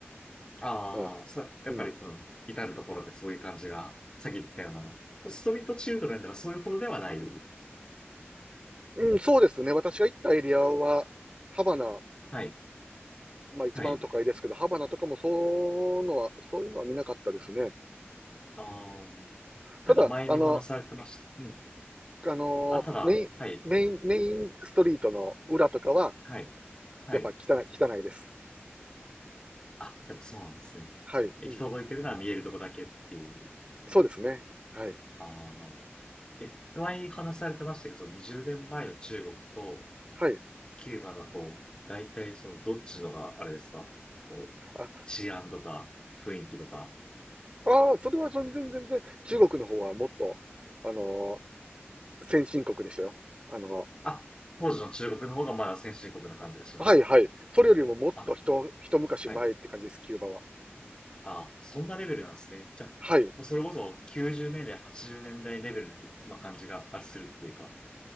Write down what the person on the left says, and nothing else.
ああ、
そ、やっぱりその、
至るところでそういう感じが、さっき言ったような、ストリートチルドレンとかそういうことではない。
はい、
はい。
ああ、
なんか前にお話しされてました。
うん。
あ、ただ、
はい。
はい。はい。
あ、やっぱそうなんですね。
行き届いてるのは見えるとこだけっていう。
ああ。え、前に話されてましたけど、その20年前の中国と
キューバだと、大体そのどっちのがあれですか、こう、
治安とか雰囲気とか。
あ、当時の中国の方がまだ先進国な感じがしました。
あ、
はい。
あ、そんなレベルなんですね。じゃあ、
もうそれこそ90年代、80年代レベルの、まあ、感じがあするっていうか。